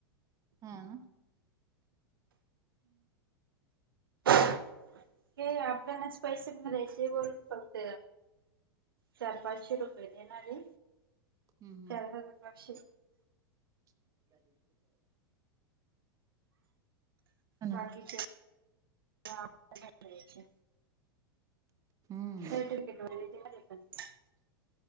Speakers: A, on the right; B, on the right.
A: हं.
B: हे आपणच पैसे भरायचे. वरून <unintelligible> बोलून फक्त चार, पाचशे, रुपये देणार हे
A: हम्म
B: चार हजार, पाचशे.
A: ती आली का बघ परत. हम्म.
B: बाकीचे. त्या आत्यांना द्यायचाए.
A: हम्म
B: सर्टिफिकेट वगैरे देणारे पण ते.